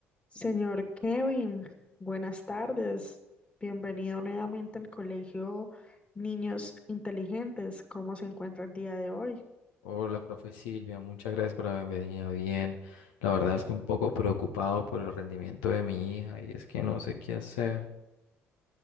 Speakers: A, on the left (about 20°); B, on the left (about 70°).
A: Señor Kevin, buenas tardes. Bienvenido nuevamente al Colegio Niños Inteligentes. ¿Cómo se encuentra el día de hoy?
B: Hola, profe Silvia, muchas gracias por la bienvenida. Bien, la verdad es que un poco preocupado por el rendimiento de mi hija y es que no sé qué hacer.